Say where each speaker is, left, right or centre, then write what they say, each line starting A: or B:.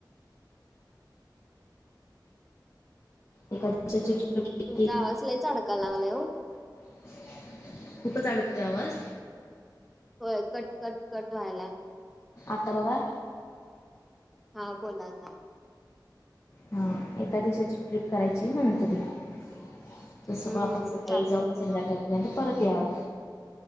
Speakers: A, on the left; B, in the centre.
A: एका दिवसाची ट <unintelligible>
B: तुमचा आवाज लईच अडका लागलाय ओ
A: <inaudible> खूप अडकतोय आवाज?
B: होय कट, कट, कट व्हायला,
A: आत्ता बघा,
B: हा बोलाता,
A: हा एका दिवसाची ट्रिप करायची म्हणत होती. <inaudible> स
B: हम्म
A: आपण सकाळी
B: चालतंय
A: जाऊन
B: की
A: संध्याकाळपर्यंत
B: मग
A: परत यावेल